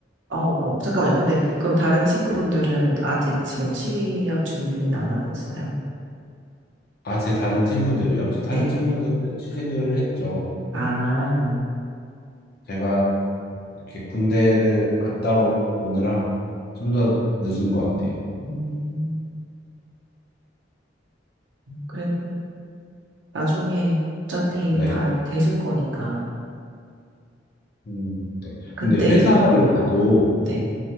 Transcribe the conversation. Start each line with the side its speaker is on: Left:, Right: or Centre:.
Right: 어, 어, 잠깐만요. 근데 그럼 다른 친구분들은
Left: 네.
Right: 아직 지금 취업 준비는 안 하고 있어요?
Left: 아, 제 다른 친구들이요? 제
Right: 네.
Left: 다른 친구들은 취직을 했죠.
Right: 아,
Left: 제가 이렇게 군대를 갔다 오- 오느라 좀 더 늦은 것 같아요.
Right: 음, 그래도 나중에 어차피
Left: 네.
Right: 다 되실 거니까
Left: 음, 네.
Right: 그때
Left: 근데 회사를
Right: 이제 네,
Left: 가도
Right: 네.